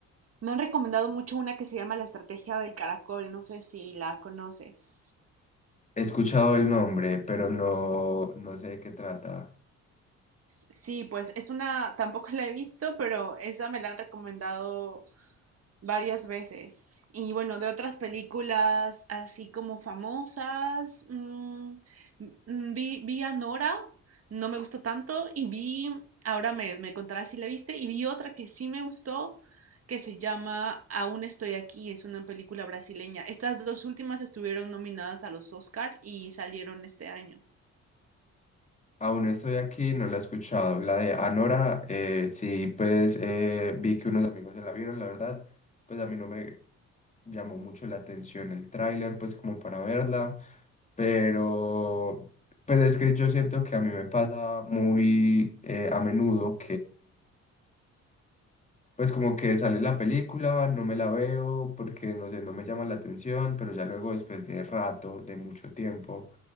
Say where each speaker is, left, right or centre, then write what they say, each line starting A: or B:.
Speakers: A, on the right (about 50°); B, on the left (about 25°).
A: Me han recomendado mucho una que se llama La Estrategia del Caracol, no sé si la conoces.
B: He escuchado el nombre, pero no, no sé de qué trata.
A: Sí, pues es una, tampoco la he visto, pero esa me la han recomendado varias veces. Y bueno, de otras películas así como famosas, mm, mm, vi, vi a Nora, no me gustó tanto, y vi, ahora me, me contarás si la viste, y vi otra que sí me gustó, que se llama Aún estoy aquí, es una película brasileña. Estas dos últimas estuvieron nominadas a los Oscar y salieron este año.
B: Aún estoy aquí, no la he escuchado. La de Anora, eh, sí, pues eh, vi que unos amigos se la vieron, la verdad, pues a mí no me llamó mucho la atención el tráiler, pues como para verla, pero pues es que yo siento que a mí me pasa muy eh, a menudo pues como que sale la película, no me la veo porque no sé, no me llama la atención, pero ya luego después de rato, de mucho tiempo,